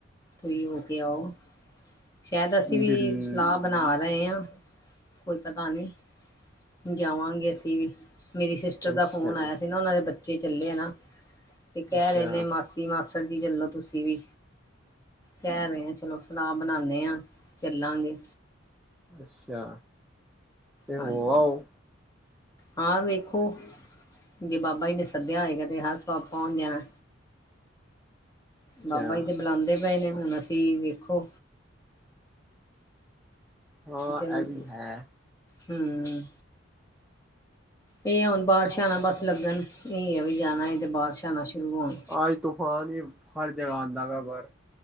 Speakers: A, on the left (about 15°); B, in the centre.
A: ਤੁਹੀ ਹੋ ਕੇ ਆਓ। ਸ਼ਾਇਦ ਅਸੀਂ ਵੀ
B: ਦਿੱਲੀ
A: ਸਲਾਹ ਬਣਾ ਰਹੇ ਹਾਂ ਕੋਈ ਪਤਾ ਨੀ। ਜਾਵਾਂਗੇ ਅਸੀ ਵੀ ਮੇਰੀ ਸਿਸਟਰ ਦਾ
B: ਅੱਛਾ
A: ਫੋਨ ਆਇਆ ਸੀ ਨਾ ਉਹਨਾਂ ਦੇ ਬੱਚੇ ਚੱਲੇ ਆ ਨਾ ਤੇ ਕਹਿ
B: ਅੱਛਾ
A: ਰਹੇ ਨੇ ਮਾਸੀ-ਮਾਸੜ ਜੀ ਚੱਲੋ ਤੁਸੀਂ ਵੀ। ਕਹਿ ਰਹੇ ਆ ਚਲੋ ਸਲਾਹ ਬਨਾਨੇ ਹਾਂ। ਚੱਲਾਂਗੇ
B: ਅੱਛਾ। ਤੇ ਹੋ
A: ਹਾਂਜੀ।
B: ਆਓ
A: ਹਾਂ ਵੇਖੋ। ਜੇ ਬਾਬਾ ਜੀ ਨੇ ਸੱਦਿਆ ਹੋਏਗਾ ਤੇ ਹਰ ਸਬਬ ਪਹੁੰਚ ਜਾਣ।
B: ਅੱਛਾ
A: ਬਾਬਾ ਜੀ ਤੇ ਬੁਲਾਉਂਦੇ ਪਏ ਨੇ। ਹੁਣ ਅਸੀਂ ਵੇਖੋ
B: ਹਾਂ
A: ਜਲਦ
B: ਇਹ ਵੀ ਹੈ
A: ਹੂੰ। ਇਹ ਹੁਣ ਬਾਰਿਸ਼ ਨਾ ਬਸ ਲੱਗਣ। ਇਹ ਆ ਵੀ ਜਾਣਾ ਤਾਂ ਬਾਰਿਸ਼ਾ ਨਾ ਸ਼ੁਰੂ ਹੋਣ
B: ਅਜ ਤੂਫਾਨ ਹੀ ਹਰ ਜਗਾ ਆਦਾਂ ਪਿਆ ਬਸ